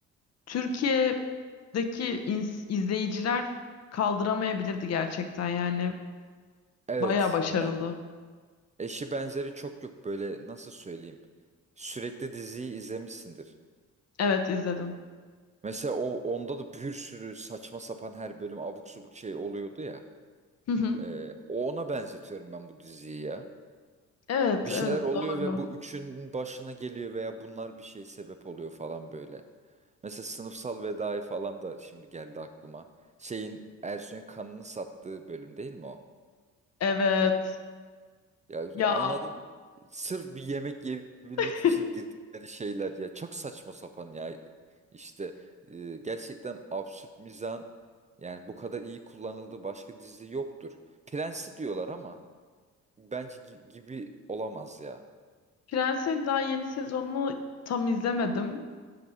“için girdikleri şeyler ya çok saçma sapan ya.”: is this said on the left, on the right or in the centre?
Right